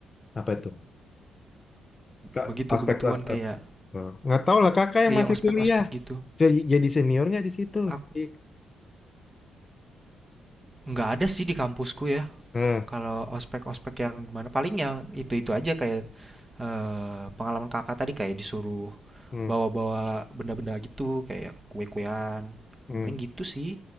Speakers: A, on the left; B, on the right.
A: apa itu? Kak,
B: Begitu
A: aspek
B: begituan
A: as,
B: kayak
A: as, eh, nggak tahu lah kakak yang
B: iya
A: masih
B: ospek
A: kuliah
B: ospek gitu.
A: jadi, jadi seniornya di situ
B: Aku
A: I-
B: nggak ada sih di kampusku ya.
A: nah
B: Kalau ospek-ospek yang gimana? Paling yang itu-itu aja kayak eh, pengalaman kakak tadi kayak disuruh
A: hmm,
B: bawa-bawa benda-benda gitu kayak kue-kuean.
A: hmm.
B: Paling gitu sih.